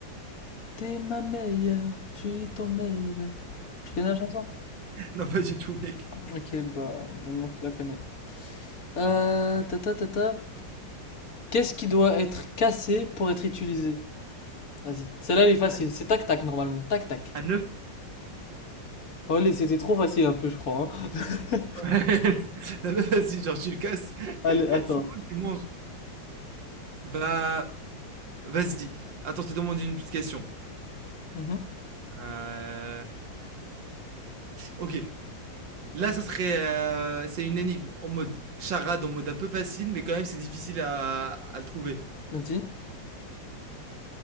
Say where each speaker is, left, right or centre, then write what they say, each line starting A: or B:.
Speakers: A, on the left; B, on the right.
A: T'es ma meilleure, je suis ton meilleur. Tu connais la chanson?
B: <laughs> Non, pas du tout, mec.
A: Ok, bah maintenant tu la connais. Euh, ta ta ta ta. Qu'est-ce qui doit être cassé pour être utilisé? Vas-y. Celle-là elle est facile.
B: À,
A: C'est tac tac normalement. Tac tac.
B: à 9
A: Allez, c'était trop facile un peu, je crois. hein.
B: <laughs> La meuf, vas-y, genre, tu le casses. <laughs> C'est
A: <laughs> Allez, attends.
B: bon, tu manges. Bah, vas-y. Attends, je te demande une petite question.
A: Mhm.
B: Euh... Ok. Là, ça serait, euh, c'est une énigme en mode charade, en mode un peu facile, mais quand même, c'est difficile à, à le trouver.
A: Vas-y.